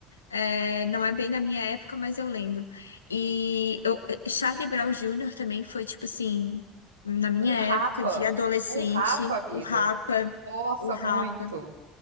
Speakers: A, on the left; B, on the right.
A: É, não é bem da minha época, mas eu lembro. E eu, Charlie Brown Jr. também foi, tipo assim, na minha
B: O Rapa.
A: época de adolescente,
B: O Rapa, amiga.
A: o Rapa,
B: Nossa,
A: o Rapa.
B: muito.